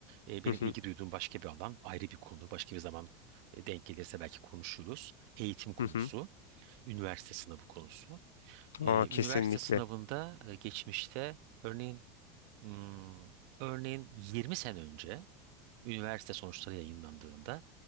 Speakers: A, on the right (about 65°); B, on the left (about 80°).
A: E, benim
B: Hı hı,
A: ilgi duyduğum başka bir alan, ayrı bir konu, başka bir zaman e, denk gelirse belki konuşuruz. Eğitim konusu,
B: hı hı.
A: üniversite sınavı konusu. E,
B: Aa,
A: üniversite
B: kesinlikle.
A: sınavında e, geçmişte örneğin hmm, örneğin 20 sene önce üniversite sonuçları yayınlandığında